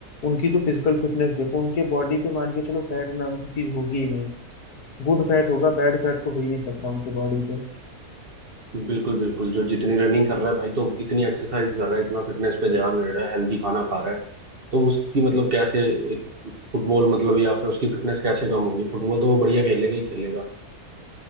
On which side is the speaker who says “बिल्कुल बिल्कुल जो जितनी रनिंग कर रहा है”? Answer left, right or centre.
Right